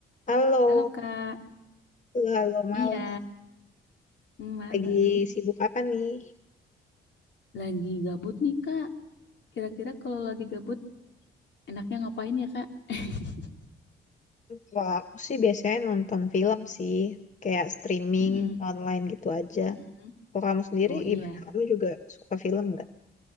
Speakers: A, on the left; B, on the left.
A: Halo,
B: Halo Kak,
A: halo malam.
B: iya, malam.
A: Lagi sibuk apa nih?
B: Lagi gabut nih Kak. Kira-kira kalau lagi gabut, enaknya ngapain ya Kak? <laughs>
A: Kalau aku sih biasanya nonton film sih, kayak streaming
B: Mm-mm,
A: online gitu aja.
B: mm-mm.
A: Kalau kamu sendiri
B: Oh iya,
A: gimana? Kamu juga suka film nggak?